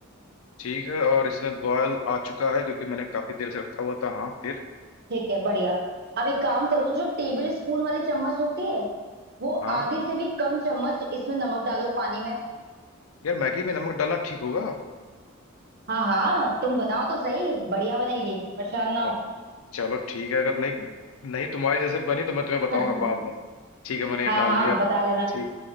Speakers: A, on the left; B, on the right.
A: ठीक है और इसमें बॉयल आ चुका है क्योंकि मैंने काफी देर से रखा हुआ था हाँ फिर
B: ठीक है बढ़िया अब एक काम करो जो टेबल स्पून वाली चम्मच होती है वो
A: हाँ
B: आधी से भी कम चम्मच इसमें नमक डालो पानी में
A: यार मैगी में नमक डालना ठीक होगा
B: हाँ हाँ तुम बनाओ तो सही बढ़िया बनेगी परेशान ना
A: अ,
B: हो
A: चलो ठीक है अगर नहीं नहीं तुम्हारी जैसे बनी तो मैं तुम्हें बताऊंगा
B: <laughs>
A: बाद में ठीक है मैंने ये
B: हाँ
A: डाल
B: हाँ
A: दिया
B: बता लेना
A: ठीक